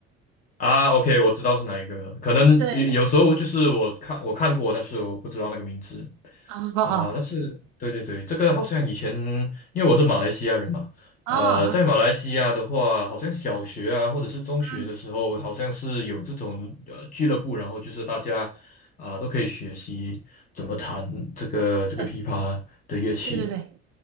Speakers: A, on the left; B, on the right.
A: 啊，OK，我知道是哪一个了。可能有有时候就是我看我看过，
B: 对，
A: 但是我不知道那个名字
B: 啊哦哦
A: 啊。但是对对对，这个好像以前因为我是马来西亚人嘛，
B: 哦，
A: 呃，在马来西亚的话，好像小学啊或者是中学的时候，
B: 嗯，
A: 好像是有这种呃俱乐部，然后就是大家啊、都可以学习怎么弹这个这个琵琶的乐器。
B: 对对对对